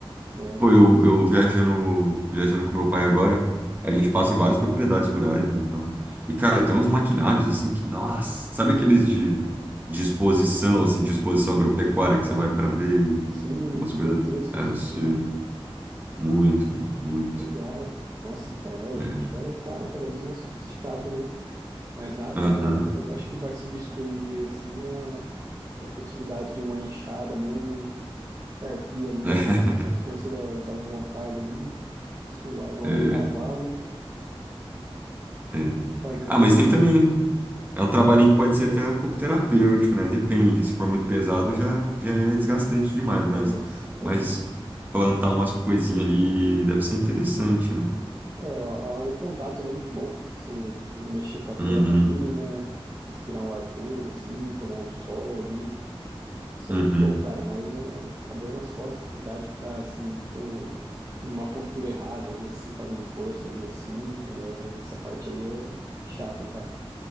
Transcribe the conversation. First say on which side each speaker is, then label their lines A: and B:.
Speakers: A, on the right; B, on the right.
A: É
B: Pô,
A: muito
B: eu,
A: isso.
B: eu viajando, viajando com meu pai agora, a gente passa em várias propriedades rurais, né, então. E, cara, tem uns maquinários assim que, nossa, sabe aqueles de, de exposição, assim, de exposição agropecuária que você vai para ver e
A: Sim,
B: umas
A: os gigantescos,
B: coisas absurdas.
A: assim, né?
B: Muito, muito.
A: Legal. Nossa, então é, hoje
B: É.
A: em dia tá cada vez mais sofisticado, né? Mas nada,
B: Aham.
A: eu acho que vai substituir, assim, a, a efetividade de uma enxada mesmo e, Carpir ali
B: <laughs>
A: na, na força da, da vontade ali, suar igual
B: É,
A: um cavalo,
B: é.
A: fazer
B: Ah,
A: a coisa.
B: mas tem também. É um trabalhinho que pode ser até um pouco terapêutico, né? Depende. Se for muito pesado,
A: É,
B: já, já é desgastante demais,
A: é,
B: mas,
A: nossa, é
B: mas
A: duro.
B: plantar umas coisinhas ali deve ser interessante, né?
A: É, o, a- o contato ali é muito bom. Você mexer com a terra
B: Uhum,
A: ali, né? Respirar um ar puro, assim, tomar um sol ali. Isso
B: uhum.
A: é muito bom, cara, mas a, a dor nas costas que dá de ficar, assim, muito. Numa postura errada ali, assim, fazendo força ali, assim. é, essa parte aí é é chata, hein, cara.